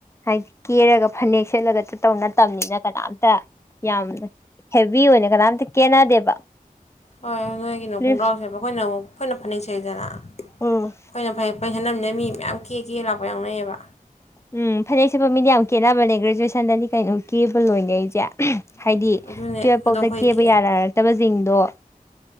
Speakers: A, on the left; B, on the left.
A: ꯍꯥꯏꯗꯤ ꯀꯦꯔꯒ ꯐꯅꯦꯛ ꯁꯦꯠꯂꯒ ꯆꯠꯇꯧ ꯅꯠꯇꯝꯅꯤꯅ ꯀꯅꯥꯝꯇ ꯌꯥꯝꯅ ꯍꯦꯚꯤ ꯑꯣꯏꯅ ꯀꯅꯥꯝꯇ ꯀꯦꯅꯗꯦꯕ
B: ꯍꯣꯏ ꯅꯣꯏꯒꯤꯅ
A: ꯂꯤꯞꯁ
B: ꯈꯣꯡꯒ꯭ꯔꯥꯎꯁꯦꯞꯄ ꯑꯈꯣꯏꯅ ꯑꯃꯨꯛ ꯑꯈꯣꯏꯅ ꯐꯅꯦꯛꯁꯦꯠꯂꯤꯗꯅ
A: ꯎꯝ
B: ꯑꯩꯈꯣꯏꯅ ꯐꯩꯅꯦꯛ ꯐꯅꯩꯛ ꯁꯦꯠꯅꯝꯅꯤꯅ ꯃꯤ ꯃꯌꯥꯝ ꯀꯦ ꯀꯦ ꯂꯥꯛꯄ ꯌꯥꯎꯅꯩꯌꯦꯕ
A: ꯎꯝ ꯐꯅꯦꯛ ꯁꯦꯠꯄ ꯃꯤꯗꯤ ꯌꯥꯝ ꯀꯦꯅꯕꯅꯦ ꯒ꯭ꯔꯦꯖꯨꯋꯦꯁꯟꯗꯗꯤ ꯀꯩꯅꯣ ꯀꯦꯕ ꯂꯣꯏꯅꯩꯖꯦ ꯍꯥꯏꯗꯤ
B: ꯑꯗꯨꯅꯦ
A: ꯇꯨꯌꯦꯞꯐꯥꯎꯗ
B: ꯑꯗꯣ ꯑꯩꯈꯣꯏ
A: ꯀꯦꯕ
B: ꯀꯦ
A: ꯌꯥꯔꯑ ꯇꯕꯖꯤꯡꯗꯣ